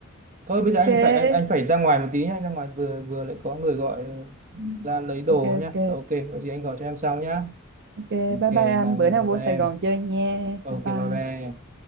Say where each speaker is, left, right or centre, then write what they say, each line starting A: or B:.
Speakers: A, on the right; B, on the right.
A: thôi bây
B: ok
A: giờ anh phải anh anh phải ra ngoài một tí nhá anh ra ngoài vừa vừa lại có người gọi ờ, ra lấy đồ
B: ok
A: nhá
B: ok
A: ok có gì anh gọi cho em sau nhá
B: ok
A: ok
B: bye
A: bye
B: bye anh bữa nào
A: bye
B: vô
A: bye
B: Sài
A: em
B: Gòn chơi nha
A: ok
B: bye bye
A: bye bye em